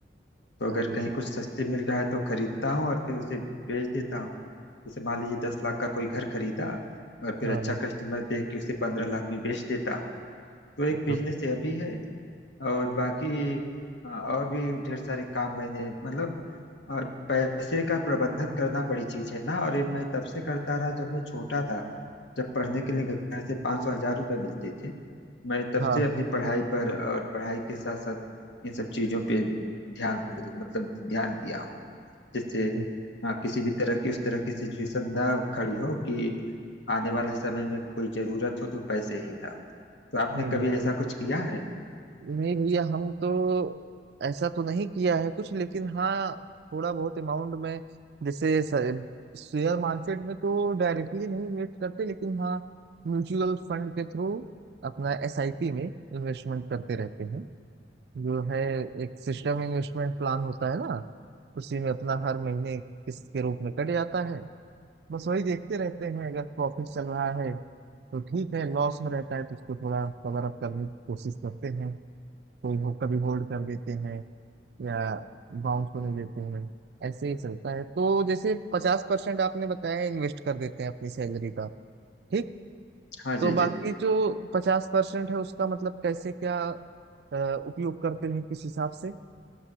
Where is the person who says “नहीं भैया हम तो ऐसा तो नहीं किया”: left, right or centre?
Right